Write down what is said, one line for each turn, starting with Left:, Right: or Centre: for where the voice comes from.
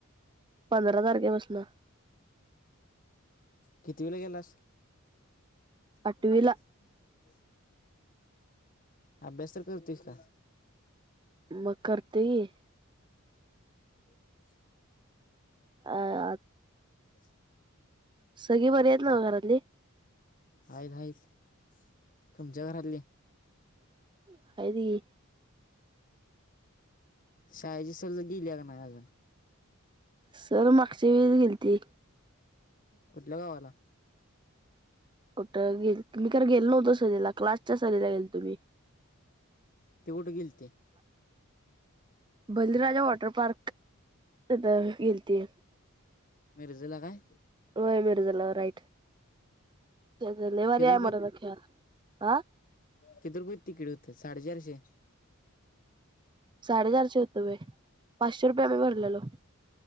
Right: पंधरा तारखेपासनं.
Left: कितीविला गेलास.
Right: आठवीला
Left: वा <unintelligible> अभ्यास तर करतुयस का?
Right: मग करतय की.
Left: हो <unintelligible>
Right: अऽऽ
Left: अ
Right: सगळी बरी आहेत ना घरातली
Left: आहेतच आहेतच तुमच्या घरातले
Right: आहे ती
Left: शाळेची गेल्या का नाही अजून
Right: सर मागची वेळ गेलती
Left: कुठल्या गावाला
Right: कुठं गे्ी ख गेल नव्हतो सरीला क्लासच्या सरीला गेल तुम्ही
Left: ते कुठे गेल ते
Right: बलराजा वॉटर पार्क गेलती
Left: मिरझेला काय
Right: होय मिरज राईट ते ल वर्याय
Left: किती
Right: मतख हह
Left: किथ प तिकीड होते साडेचारशे
Right: साडेचारशे होतो व पाचशे रुपये आम्ही भरलेलो.